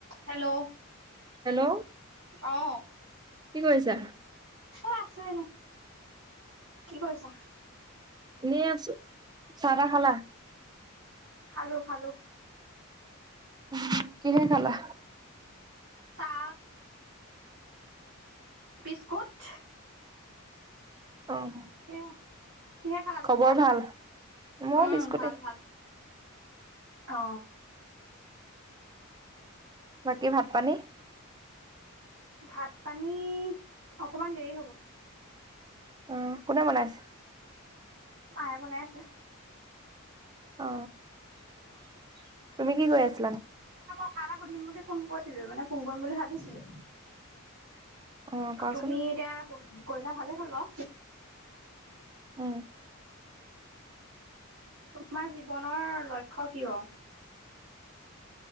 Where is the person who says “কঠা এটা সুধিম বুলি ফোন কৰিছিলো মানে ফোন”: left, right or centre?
Right